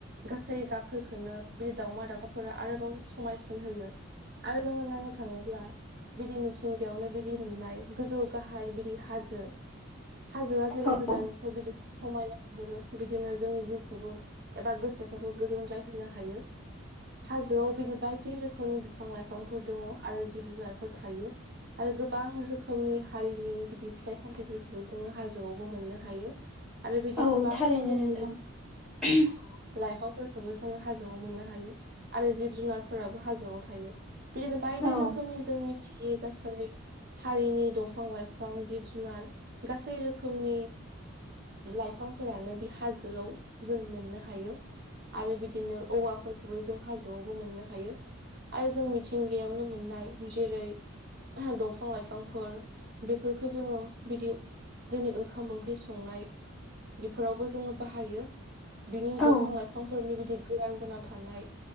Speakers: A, on the right; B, in the centre.
A: गासै गाबफोरखोनो बि दाउमा दाउसाफोरा आरोबाव समायसिन होयो आरो जोङो नायनो थाङोब्ला बिदि मिथिंगायावनो बिदि नुनाय गोजौ गाहाय बिदि हाजो हाजोआ जेरै
B: औ
A: गोजाननिफ्राय बिदि समायनाहरो बिदिनो जोंनि जिउखौ खौबो एबा गोसोखौबो गोजोनग्लाय होनो हायो हाजोआव बिदि बायदि रोखोमनि बिफां लाइफांफोर दङ आरो जिब जुनारफोर थायो आरो गोबां रोखोमनि हारिनि बिदि फिथाइ सामथायाइफोरखौबो जोङो हाजोआवबो मोननो हायो आरो बिदि
B: औ
A: गोबां
B: थारैनो
A: रोखोमनि
B: नोंथां <unintelligible>
A: लाइफांफोरखौबो जोङो हाजोआव मोननो हायो आरो जिब जुनारफोराबो हाजोआव थायो बिन बायदि
B: औ
A: रोखोमनि जों मिथियै गासै हारिनि दंफां लाइफां जिब जुनार गासै रोखोमनि लाइफांफोरानो बे हाजोआव जों मोननो हायो आरो बिदिनो औवाफोरखौबो जों हाजोआवबो मोननो हायो आरो जों मिथिंगायावनो मोननाय जेरै दंफां लाइफांफोर बेफोरफोरखौ जोङो बिदि जोंनि ओंखाम ओंख्रि संनाय बेफोरावबो जोङो बाहायो बिनि
B: औ
A: दंफां लाइफांफोरनि बिदि गोरान जाना थानाय